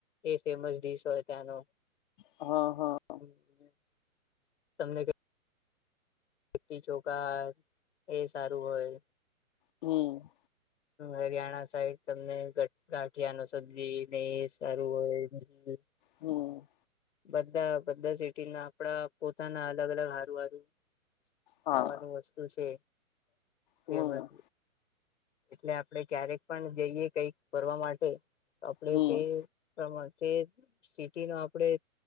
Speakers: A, on the left; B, on the left.
A: એ ફેમસ ડીશ હોય ત્યાંનો.
B: હ હ.
A: <unintelligible> તમને કઈ. લીટી ચોખા એ સારું હોય.
B: હમ.
A: હરિયાણા સાઈડ તમને ગાંઠિયા નું સબ્જી ને એ સારું હોય.
B: હમ.
A: બધા બધા સિટી ના આપડા પોતાના અલગ અલગ હારું હારું.
B: હા
A: ખાવાનું વસ્તુ છે ફેમસ.
B: હમ
A: એટલે આપણેે ક્યારેક પણ જઈએ કઈક ફરવા માટે તો આપણે
B: હમ
A: કે. પ્રમાણ તે સિટી નું આપણેે.